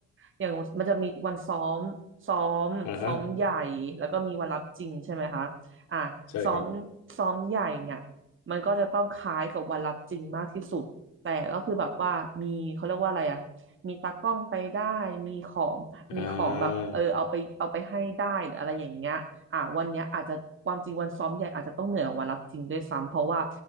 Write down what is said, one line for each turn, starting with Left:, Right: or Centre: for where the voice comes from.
Right: อย่างมันจะมีวันซ้อมซ้อมซ้อมใหญ่แล้วก็มีวันรับจริงใช่ไหมคะอ่ะซ้อม
Left: อ่าฮะใช่ครับ
Right: ซ้อมใหญ่เนี่ยมันก็จะต้องคล้ายกับวันรับจริงมากที่สุด แต่ก็คือแบบว่ามีเขาเรียกว่าอะไรอะมีตากล้องไปได้มีของมีของแบบเออเอาไปเอาไปให้ได้หรืออะไรอย่างเงี้ยอ่ะวันเนี้ยอาจจะความจริงวันซ้อมใหญ่อาจจะต้องเหนื่อยกว่าวันรับจริงด้วยซ้ำเพราะว่า
Left: อ่า